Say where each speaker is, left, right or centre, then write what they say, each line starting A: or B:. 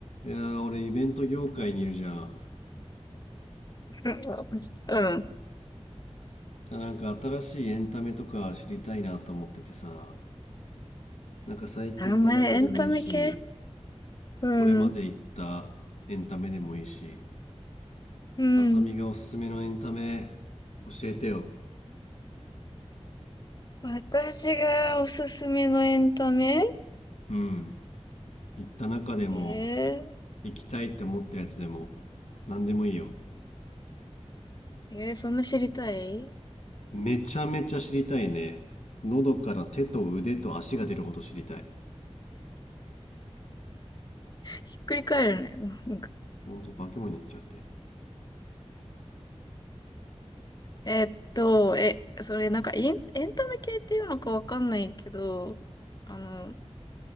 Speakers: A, on the left; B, on the left.
A: いやー俺イベント業界にいるじゃん
B: うん、うん。
A: なんか新しいエンタメとか知りたいなと思っててさなんか最近行った中でもいいし
B: 名前、エンタメ系うん、
A: これまで行ったエンタメでもいいし
B: うん。
A: 浅見がおすすめのエンタメ教えてよ
B: 私がおすすめのエンタメ
A: うん行った中でも
B: えー、
A: 行きたいって思ってるやつでも何でもいいよ
B: えー、そんな知りたい
A: めちゃめちゃ知りたいね喉から手と腕と足が出るほど知りたい
B: ひっくり返るね。うん
A: ほんと化け物になっちゃって
B: えーっと、え、それなんかエン、エンタメ系っていうのかわかんないけど、あの、